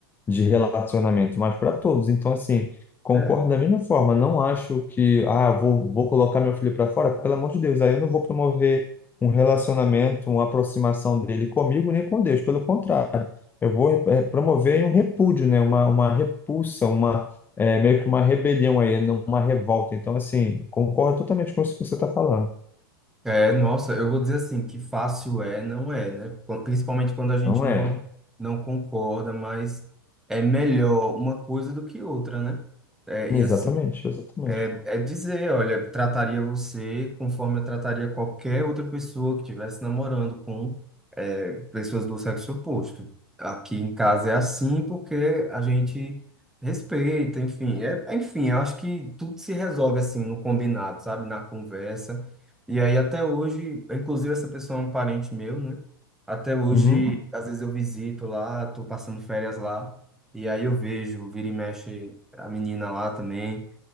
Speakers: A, on the left (about 15°); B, in the centre.
A: de relacionamento, mas para todos. Então, assim, concordo
B: É.
A: da mesma forma. Não acho que, ah, eu vou, vou colocar meu filho para fora, pelo amor de Deus, aí eu não vou promover um relacionamento, uma aproximação dele comigo nem com Deus. Pelo contrário, eu vou eh, promover um repúdio, né? Uma, uma repulsa, uma, eh, meio que uma rebelião aí, uma revolta. Então, assim, concordo totalmente com isso que você está falando.
B: É, nossa, eu vou dizer assim, que fácil é, não é, né? Quan- Principalmente quando a gente
A: Não
B: não
A: é?
B: não concorda, mas é melhor uma coisa do que outra, né? É,
A: Exatamente,
B: e assim,
A: exatamente.
B: É, é dizer, olha, trataria você conforme eu trataria qualquer outra pessoa que estivesse namorando com é, pessoas do sexo oposto. Aqui em casa é assim porque a gente respeita, enfim. É, enfim, eu acho que tudo se resolve assim no combinado, sabe? Na conversa. E aí até hoje, inclusive essa pessoa é um parente meu, né? Até hoje,
A: Uhum,
B: às vezes eu visito lá, tô passando férias lá. E aí eu vejo, vira e mexe a menina lá também.